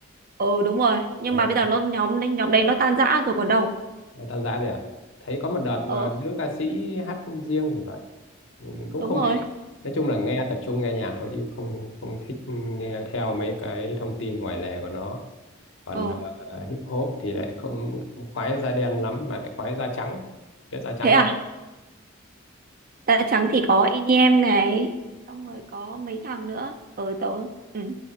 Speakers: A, on the right; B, on the left.
A: Ừ đúng rồi, nhưng
B: Đấy,
A: mà bây giờ nó nhóm đấy- nhóm đấy nó tan rã rồi còn đâu.
B: và tan ra rồi à? Thấy có một đợt
A: Ờ
B: à, nữ ca sĩ hát riêng thì phải mình cũng
A: đúng
B: không
A: rồi.
B: để ý. nói chung là nghe tập trung nghe nhạc thôi chứ không không thích nghe theo mấy cái thông tin ngoài lề của nó còn
A: Ờ
B: à, hip hop thì lại không không khoái da đen lắm mà lại khoái da trắng biết da trắng
A: thế à?
B: là
A: Da trắng thì có EDM này, xong rồi có mấy thằng nữa. Ờ tớ ừ.